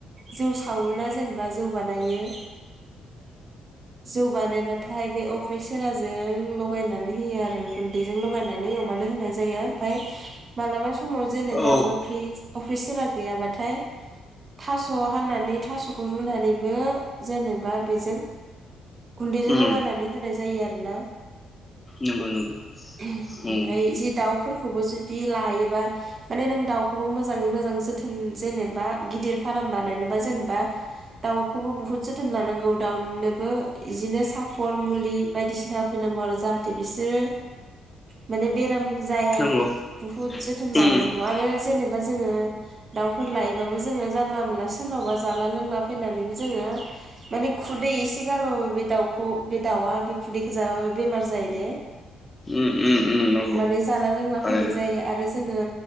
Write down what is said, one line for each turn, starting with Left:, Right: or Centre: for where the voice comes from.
Right: जौ सावोना जेनेब बा जौ बानायो जौ बानायबाथाय बे अफ्रि सेराजों लगायनानै होयो आरो गुन्दैजों लगायनानै अमानो होनाय जायो ओमफ्राय मालाबा समाव जेनेबा
Left: औ उम औ
Right: अफ्रि अफ्रि सेरा गैयाबाथाय थास' फाननानै थास'खौ रुनानै बे जेनेबा बेजों गुन्दैजों
Left: उम
Right: लगायनानै होनाय जायो आरोना
Left: नंगौ नंगौ
Right: ।
Left: उम
Right: ओमफ्राय जे दाउफोरखौबो जु दि लायोबा माने नों दाउखौबो मोजाङै मोजां जोथोन जेनेबा गिदिर फार्म बानायनोबा जेनेबा दाउखौबो बुहुत जोथोन लानांगौ दाउनि बो इजिनो सापर मलि बायदिसिना होफैनांगौ आरो जाहाथे बिसोरो मने बेराम जाया
Left: नंगौ
Right: बहुद जोथोन
Left: उम
Right: लानांगौ आरो जेनेबा जोङो दाउफोर लायोबाबो जोङो जानला मोनला सोरनावबा जाला लोंला फैनानैबो जोङो माने खुदै एसे गारबाबो बे दाउखौ बे दाउआ बे खुदैखौ जाबो बेमार जायो दे
Left: उम उम उम नंगौ
Right: माने जाला लोंला
Left: थारैनो
Right: फैनाय जायो आरो जोङो